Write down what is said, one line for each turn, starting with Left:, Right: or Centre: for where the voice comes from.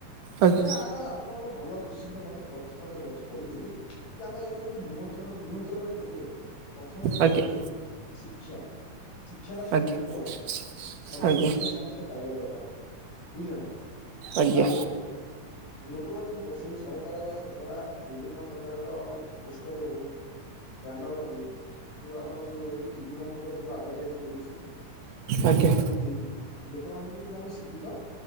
Right: ଆଜ୍ଞା
Left: ଆଚ୍ଛା ଆର ଆପଣ ଗୋଟେ ଭଲ କୋଶ୍ଚିନଟେ ମତେ ପ୍ରଶ୍ନଟା କରିଥିଲେ। କି ଆମେ ଏଇମାନଙ୍କୁ ନିମନ୍ତ୍ରଣ ନିୟନ୍ତ୍ରଣରେ କେମିତି ରଖିବା। ପ୍ରଥମ କଥା
Right: ଆଜ୍ଞା
Left: ବନ୍ଧୁ ଶିକ୍ଷା ଶିକ୍ଷାଟା ସମସ୍ତଙ୍କୁ
Right: ଆଜ୍ଞା
Left: ଦବା।
Right: ଆଜ୍ଞା
Left: ସମାନ ଶିକ୍ଷା
Right: ଆଜ୍ଞା
Left: ସମସ୍ତେ ପାଇବା ଦରକାର ବୁଝିଲ ନା
Right: ଆଜ୍ଞା
Left: ତାପରେ ଲୋକମାନଙ୍କୁ ବସେଇ ସରକାର ଦ୍ୱାରା ବିଭିନ୍ନ ପ୍ରକାରର ପୋଷ୍ଟର ହୋଉ ବ୍ୟାନର ହୋଉ ଯୋଉ ଆମର ସବୁ ହୋଉଚି ଟିଭି ମାନଙ୍କରେ ଯୋଉ ଆଡଭାର୍ଟାଇଜ୍ ଦୋଉଚି ତ ସେଗୁରା
Right: ଆଜ୍ଞା ଆଜ୍ଞା
Left: ସ ଦେଇକି ଲୋକମାନଙ୍କୁ ଟିକେ ଆମେ ଶିକ୍ଷିତ